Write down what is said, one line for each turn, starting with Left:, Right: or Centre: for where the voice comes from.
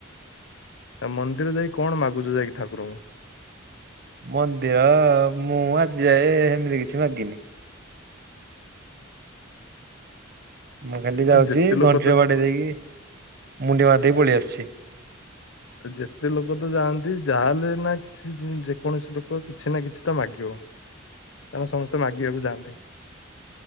Left: ଆ ମନ୍ଦିର ଯାଇ କଣ ମାଗୁଛ ଯାଇକି ଠାକୁରଙ୍କୁ?
Right: ମନ୍ଦିର ମୁଁ ଆଜି ଯାଏ ହେମିତି କିଛି ମାଗିନି। ମୁଁ ଖାଲି ଯାଉଛି
Left: ଆ ଯେତେ ଲୋକ
Right: ଘଣ୍ଟିଟା
Left: ତ
Right: ବାଡେଇ ଦେଇକି ମୁଣ୍ଡିଆ ମାରି ଦେଇକି ପଳେଇ ଆସୁଛି।
Left: ଯେତେ ଲୋକ ତ ଯାଆନ୍ତି ଯାହାହେଲେ ନା କିଛି ଯେକୌଣସି ଲୋକ କିଛି ନା କିଛି ତ ମାଗିବ କାରଣ ସମସ୍ତେ ମାଗିବାକୁ ଯାଆନ୍ତି।